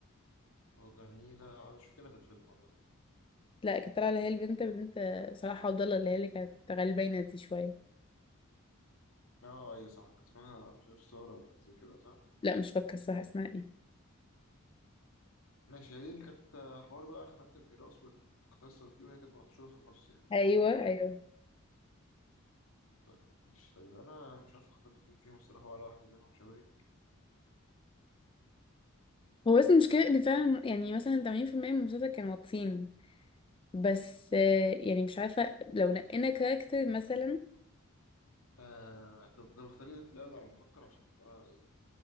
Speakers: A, on the left; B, on the left.
A: اه جميلة أنا مش فاكرها في الفيلم والله
B: لا كانت طالعة اللي هي البنت بنت صلاح عبد الله اللي هي اللي كانت غلبانة دي شوية
A: اه أيوة صح كان اسمها مش عارف سارة ولا حاجة زي كده صح
B: لا مش فاكرة الصح اسمها ايه
A: ماشي هي دي اللي كانت آه، حوار بقى خناقة الميراث والقصص دي وهي كانت محشورة في النص يعني
B: ايوه ايوه
A: صح طيب مش طيب أنا مش عارف أختار الاتنين فيهم الصراحة ولا واحدة منهم شبهي
B: هو بس المشكلة ان فعلا يعني مثلا 80% من المسلسل كانوا واطيين بس آه، يعني مش عارفة لو نقينا كاركتر مثلا
A: آه طب طب اختاري لي أنت الأول على ما أفكر عشان أنا إيه